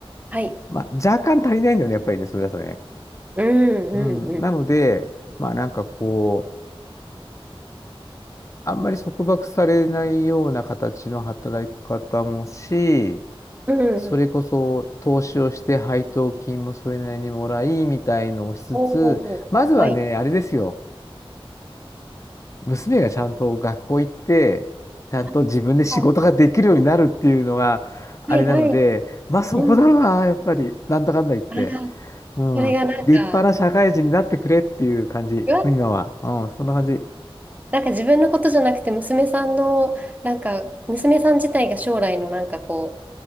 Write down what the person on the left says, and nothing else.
まあ、若干足りないんだよね、やっぱりね、それだとね。
うん、なので、まあなんかこう、あんまり束縛されないような形の働き方もし、
それこそ投資をして配当金もそれなりにもらい、
みたいのをしつつ、
まずはね、
あれですよ。娘がちゃんと学校行って、ちゃんと自分で仕事ができるようになるっていうのが、
あれなので、
まあそこだろうな、
やっぱり。なんだかんだ言って。
うん。
立派な社会人になってくれっていう感じ、
今は。うん、そんな感じ。